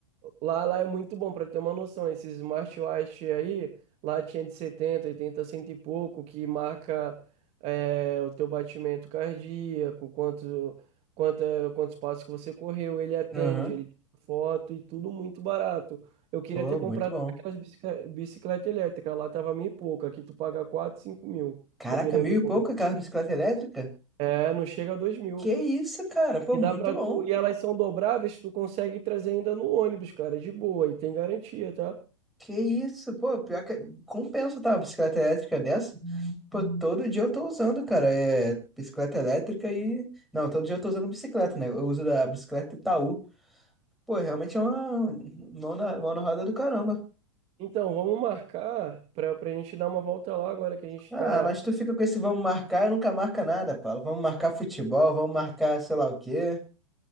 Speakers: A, on the right; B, in the centre.
A: Lá, lá é muito bom para ter uma noção. Esses smartwatch aí, lá tinha de setenta oitenta cento e pouco, que marca é, o teu batimento cardíaco, quanto, quanta, quantos passos que você correu, ele atende,
B: Aham.
A: ele tira foto e tudo muito barato. Eu queria
B: Pô,
A: ter comprado
B: muito bom.
A: aquelas bicicleta, bicicleta elétrica, lá tava mil e pouco, aqui tu paga quatro 5 mil,
B: Caraca,
A: dependendo
B: mil e
A: do
B: pouco
A: modelo.
B: aquela bicicleta elétrica?
A: É, não chega a 2 mil.
B: Que isso, cara? Pô,
A: E
B: muito
A: dá pra
B: bom.
A: tu, e elas são dobráveis, tu consegue trazer ainda no ônibus, cara, de boa, e tem garantia, tá?
B: Que isso? Pô, pior que compensa, tá? Uma bicicleta elétrica dessa? Pô, todo dia eu tô usando, cara. É bicicleta elétrica e. Não, todo dia eu tô usando bicicleta, né? Eu uso a bicicleta Itaú. Pô, realmente é uma mão na, mão na roda do caramba.
A: Então, vamos marcar para a gente dar uma volta lá agora que a gente está.
B: Ah, mas tu fica com esse vamos marcar e nunca marca nada, Paulo. Vamos marcar futebol, vamos marcar sei lá o quê,